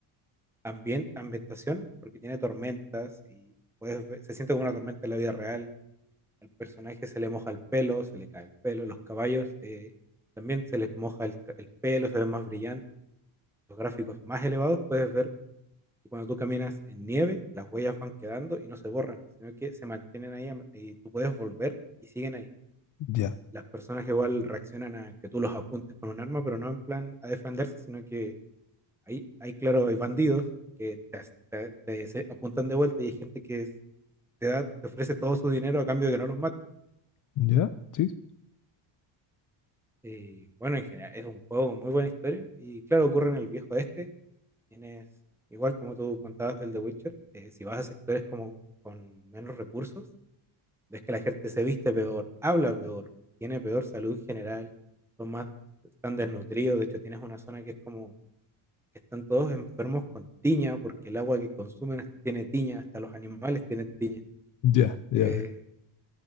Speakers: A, in the centre; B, on the left.
A: ambient, ambientación porque tiene tormentas y puedes ver- se siente como una tormenta en la vida real. Al personaje se le moja el pelo, se le cae el pelo. Los caballos eh, también se les moja el, ca- el pelo, se ven más brillantes. Los gráficos más elevados puedes ver que cuando tú caminas en nieve, las huellas van quedando y no se borran, sino que se mantienen ahí am- y tú puedes volver y siguen ahí.
B: Ya,
A: las personas igual reaccionan a que tú los apuntes con un arma, pero no en plan a defenderse, sino que hay, hay claro, hay bandidos que te, te- te se- apuntan de vuelta y hay gente que es- te, da, te ofrece todo su dinero a cambio de que no los mate
B: ya, sí, sí,
A: Y bueno, en general es un juego con muy buena historia y claro, ocurre en el viejo este. Tienes, igual como tú contabas del The Witcher, eh, si vas a sectores como con menos recursos, es que la gente se viste peor, habla peor, tiene peor salud general, son más, están desnutridos, de hecho tienes una zona que es como que están todos enfermos con tiña, porque el agua que consumen es- tiene tiña, hasta los animales tienen tiña.
B: ya, ya.
A: Eh,
B: ya.